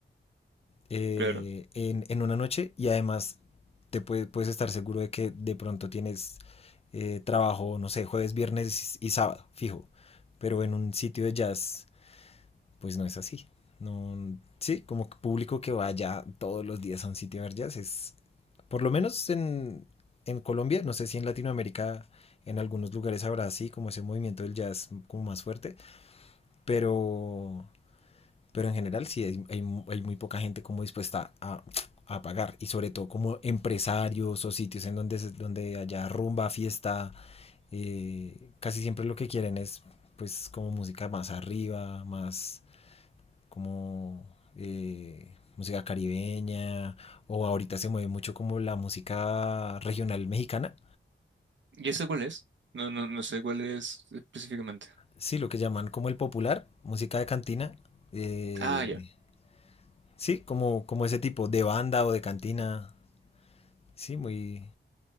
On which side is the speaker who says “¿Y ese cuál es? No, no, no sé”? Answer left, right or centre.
Right